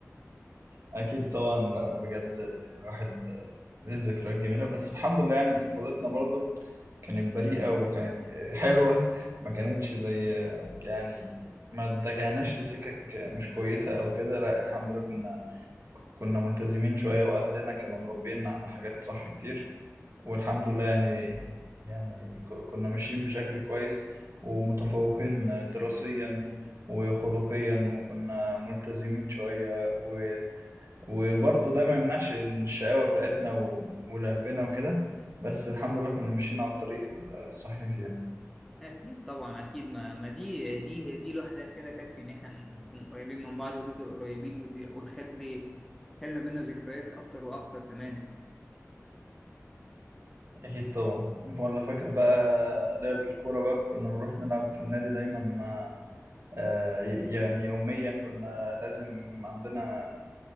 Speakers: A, on the right; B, in the centre.
A: أكيد طبعا لا بجد الواحد آه، ليه ذكريات جميلة بس الحمد لله يعني طفولتنا برضو كانت بريئة وكانت آه، حلوة ما كانتش زي آه، يعني ما اتجهناش لسكك مش كويسة أو كده لا الحمد لله كنا كنا ملتزمين شوية وأهلنا كانوا مربينا على حاجات صح كتير والحمد لله يعني يعني ك- كنا ماشيين بشكل كويس ومتفوقين دراسيا وخلقيا وكنا ملتزمين شوية و... وبرضه ده ما يمنعش الشقاوة بتاعتنا و... ولعبنا وكده بس الحمد لله كنا ماشيين على الطريق الصحيح يعني
B: اكيد طبعا اكيد ما, ما دي دي دي لوحدها كده تكفي ان احنا نكون قريبين من بعض ونفضل قريبين ودي وتخلي تخلي ما بيننا ذكريات اكتر واكتر كمان
A: أكيد طبعا ولا فاكر بقى لعب الكورة بقى كنا بنروح نلعب في النادي دايما آه، آه، يعني يوميا كنا لازم عندنا